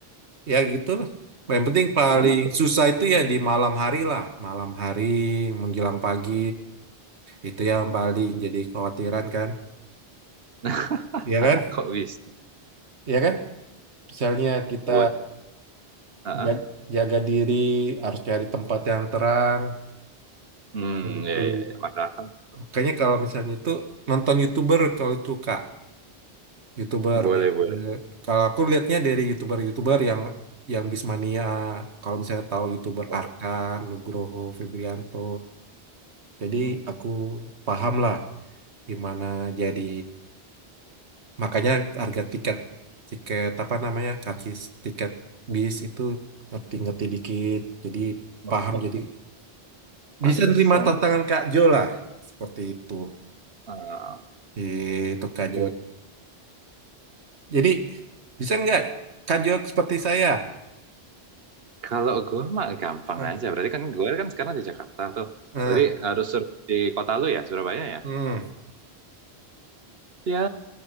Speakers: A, on the right; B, on the right.
A: ya gitulah yang penting paling
B: Mana?
A: susah itu ya di malam hari lah malam hari menjelang pagi itu yang paling jadi khawatiran kan
B: <laughs>
A: ya kan
B: Kok bisa?
A: ya kan misalnya kita
B: Boleh. Heeh.
A: ja- jaga, diri harus cari tempat yang terang
B: Hmm,
A: begitu
B: ya, ya, ya. Masuk akal.
A: Kayaknya kalau misalnya itu nonton YouTuber kalau itu Kak, YouTuber
B: Boleh,
A: biar-
B: boleh.
A: eh, Kalau aku lihatnya dari YouTuber-YouTuber yang yang Bismania, kalau misalnya tahu YouTuber
B: Oh,
A: Arkan, Nugroho, Febrianto. Jadi
B: hmm.
A: aku paham lah gimana jadi makanya harga tiket tiket apa namanya? karcis tiket bis itu ngerti-ngerti dikit. Jadi
B: Oh,
A: paham jadi
B: pantesan.
A: bisa nerima tantangan Kak Jo lah. Seperti itu.
B: Ah,
A: Itu Kak
B: boleh.
A: Jo. Jadi bisa nggak Kak Jok seperti saya?
B: Kalau gue mah gampang
A: Nah,
B: aja. Berarti kan gue kan sekarang di Jakarta tuh.
A: nah,
B: Berarti harus sur- di kota lu ya, Surabaya ya?
A: hmm,
B: Ya,